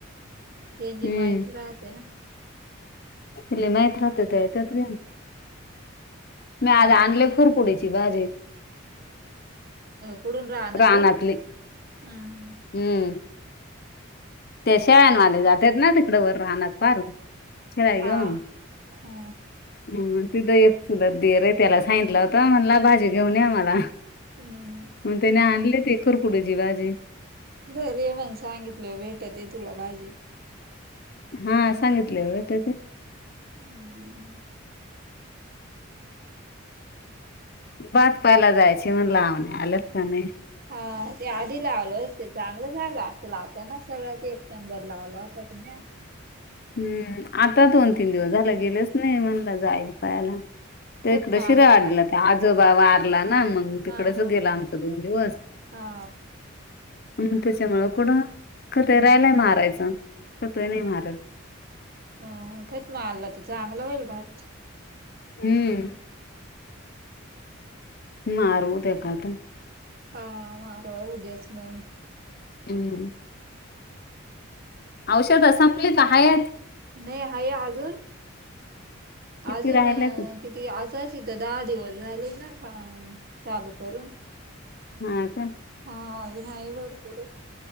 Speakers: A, on the right; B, on the left.
A: तेी
B: हम्म
A: माहती राहते ना.
B: त माहत राहते ते त्यात घे मी
A: हा
B: आज आणले खुर पुडीची भाजी.
A: खुडून रानातून
B: रानातली
A: हम्म हम्म.
B: हम्म. ते शेळनवाले जातेत ना तिकडें वर राहना पारून. चाय घेऊन.
A: हा हो
B: हूं तिद एक चुलत दीर ये त्याला सांगितला होता म्हणला भाजी घेऊन यां मला
A: हम्म
B: मग त्याने आणले ती खुरकूडयाची भाजी
A: घरी आहे मंग सांगितल्यावर भेटते तुला भाजी
B: हा सांगितल्यावर भेटते.
A: हम्म
B: भात पायला जायची म्हण लावणी आल्यात का नाय?
A: हा ते आधी लावलं होत ते चांगलं झालं असंल आता ना सगळ ते एक नंबर लावला होता तुम्ही
B: हम्म आता दोन तीन दिवस झाल गेलेच नाही म्हणल जाईल पहायला. त्या
A: खत
B: इकड
A: मारला
B: शिराळ आळीला
A: का
B: त्या आजोबा वारला ना मंग मंग तिकडच
A: हा हा
B: गेला आमच दोन दिवस
A: हा
B: मंग त्याच्यामुंळ कुडं खत
A: हम्म
B: ही राहालाय मारायच खत ही नाय मारिल.
A: हो थेत मारला त चांगला होईल भात
B: हम्म मारू उदया खत
A: हा मारा उदयाच मंग
B: हम्म औषध संपली का हायत.
A: ने हाये अजून,
B: किती
A: अजून
B: राहिल्या ते
A: किती आता शी त दहा दिवस झाले ना काम चालू करून.
B: हा काय
A: हा अजून हाये भरपूरये.